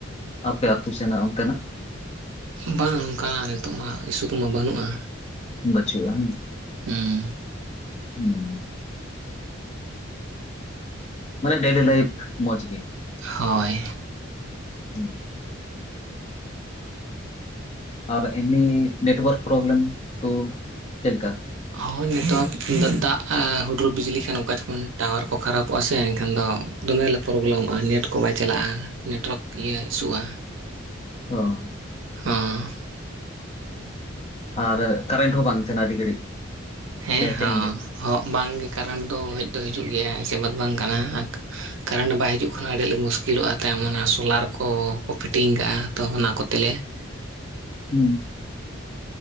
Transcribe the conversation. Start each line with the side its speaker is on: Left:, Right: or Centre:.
Left: ᱟᱯᱮ ᱟᱛᱳ ᱥᱮᱱᱟᱜ ᱚᱱᱛᱮ ᱱᱟᱜ
Right: ᱵᱟᱝ ᱚᱱᱠᱟᱱᱟᱜ ᱱᱤᱛᱚᱜ ᱢᱟ ᱤᱥᱩ ᱠᱚᱢᱟ ᱵᱟᱹᱱᱩᱜ-ᱟ᱾
Left: ᱵᱟᱹᱪᱩᱜ-ᱟ
Right: ᱦᱩᱸ
Left: ᱦᱮᱸ ᱢᱟᱱᱮ ᱰᱤᱞᱤ ᱞᱟᱭᱯᱷ ᱢᱚᱡᱽ ᱜᱮ
Right: ᱦᱳᱭ
Left: ᱦᱩᱸ ᱟᱨ ᱮᱢᱱᱤ ᱱᱮᱴᱣᱟᱨᱠ ᱯᱨᱚᱵᱞᱮᱢ ᱠᱚ ᱪᱮᱫ ᱞᱮᱠᱟ?
Right: ᱦᱳᱭ ᱱᱮᱛᱟᱨ ᱫᱟᱜ ᱦᱩᱰᱩᱨ ᱵᱤᱡᱽᱞᱤ ᱠᱷᱟᱱ ᱚᱠᱟ ᱡᱚᱠᱷᱚᱱ ᱴᱟᱣᱟᱨ ᱠᱚ ᱠᱷᱟᱨᱟᱯᱚᱜ-ᱟ ᱥᱮ ᱮᱱᱠᱷᱟᱱ ᱫᱚ ᱫᱚᱢᱮ ᱞᱮ ᱯᱨᱚᱵᱞᱮᱚᱢᱚᱜ-ᱟ ᱱᱮᱴ ᱠᱚ ᱵᱟᱭ ᱪᱟᱞᱟᱜ-ᱟ ᱱᱮᱴᱣᱟᱨᱠ ᱤᱭᱟᱹ ᱤᱥᱚᱜ-ᱟ
Left: ᱚ
Right: ᱦᱚᱸ
Left: ᱟᱨ ᱠᱟᱨᱮᱱᱴ ᱦᱚᱸ ᱵᱟᱝ ᱛᱟᱦᱮᱱᱟ ᱟᱹᱰᱤ ᱜᱷᱟᱹᱲᱤᱡ
Right: ᱦᱮᱸ
Left: ᱥᱮ ᱛᱮᱦᱮᱧ ᱜᱮ
Right: ᱦᱚᱸ ᱵᱟᱝᱜᱮ ᱠᱟᱨᱮᱱᱴ ᱫᱚ ᱦᱮᱡ ᱫᱚ ᱦᱤᱡᱩᱜ ᱜᱮᱭᱟ ᱮᱥᱮ ᱵᱟᱹᱛ ᱵᱟᱝ ᱠᱟᱱᱟ ᱠᱟᱨᱮᱱᱴ ᱵᱟᱭ ᱦᱤᱡᱩᱜ ᱠᱷᱟᱱ ᱟᱹᱰᱤ ᱟᱸᱞᱮ ᱢᱩᱥᱠᱤᱞᱚᱜ-ᱟ ᱛᱟᱭᱚᱢ ᱚᱱᱟ ᱥᱳᱞᱟᱨ ᱠᱚᱠᱚ ᱯᱷᱤᱴᱤᱝ ᱠᱟᱜ-ᱟ ᱛᱚ ᱚᱱᱟ ᱠᱚᱛᱮ ᱞᱮ <inaudible>
Left: ᱦᱮᱸ